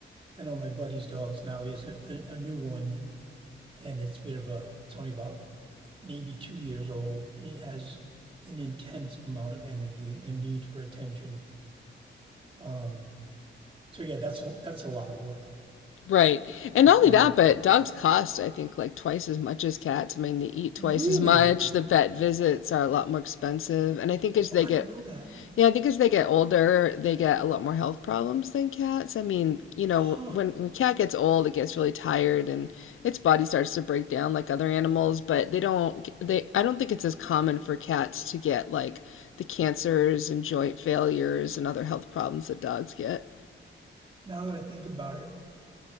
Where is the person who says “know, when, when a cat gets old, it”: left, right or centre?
Left